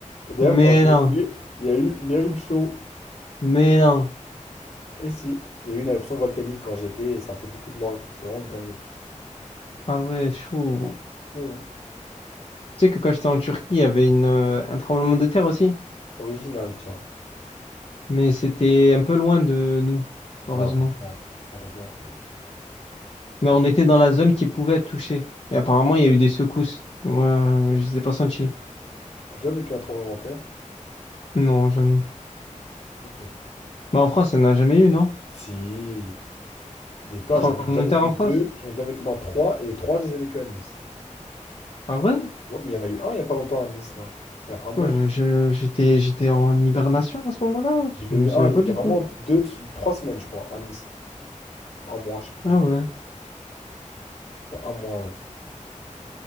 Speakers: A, on the left; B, on the left.
A: Et d'ailleurs,
B: mais
A: quand j'y
B: non,
A: étais, il y a eu une éruption.
B: mais non.
A: Et si. Il y a eu une éruption volcanique quand j'y étais et ça a fait beaucoup de morts et tout. C'était vraiment une dinguerie.
B: Ah ouais, chaud.
A: Fou, hein?
B: Tu sais que quand j'étais en Turquie, il y avait une, euh, un tremblement de terre aussi,
A: Original, tiens.
B: mais c'était un peu loin de nous, heureusement.
A: Ah, heureusement, heureusement, heureusement.
B: Mais on était dans la zone qui pouvait être touchée. Et apparemment, il y a eu des secousses. Ouais, je les ai pas senties.
A: T'as déjà vécu un tremblement de terre?
B: Non, jamais.
A: Ok.
B: Bah en France, il n'y en a jamais eu, non?
A: Si. Il y en a eu plein,
B: Tremblement
A: j'en ai déjà vécu
B: de terre en
A: deux,
B: France?
A: j'en ai déjà vécu dans trois, et les trois, je les ai vécu à Nice.
B: Ah ouais?
A: Ouais, mais il y en a eu un il y a pas longtemps à Nice, là. Il y a un
B: Quoi,
A: mois.
B: je, je- j'étais, j'étais en hibernation à ce moment-là?
A: Il
B: Je
A: y en
B: me
A: a eu
B: souviens
A: un,
B: pas
A: il
B: du
A: y a vraiment
B: tout.
A: deux, trois semaines, je crois, à Nice. Un mois, je sais plus.
B: Ah ouais.
A: Il y a un mois, ouais.